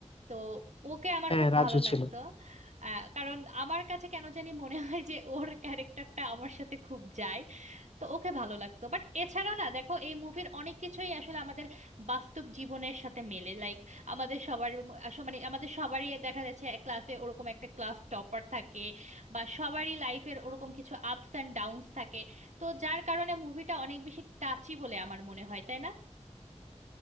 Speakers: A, on the right; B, on the left.
A: তো ওকে আমার
B: হ্যাঁ
A: খুব
B: রাজু
A: ভালো লাগতো
B: ছিল
A: আহ, কারণ আমার কাছে কেন জানি মনে হয় যে ওর ক্যারেক্টারটা আমার সাথে খুব যায় তো ওকে ভালো লাগতো বাট এছাড়াও না দেখো এই মুভির অনেক কিছুই আসলে আমাদের বাস্তব জীবনের সাথে মেলে লাইক আমাদের সবার ম- আস- মানে আমাদের সবারই দেখা যাচ্ছে এক ক্লাসে ওরকম একটা ক্লাস টপার থাকে বা সবারই লাইফের ওরকম কিছু আপস অ্যান্ড ডাউনস থাকে তো যার কারণে মুভিটা অনেক বেশি টাচি বলে আমার মনে হয় তাই না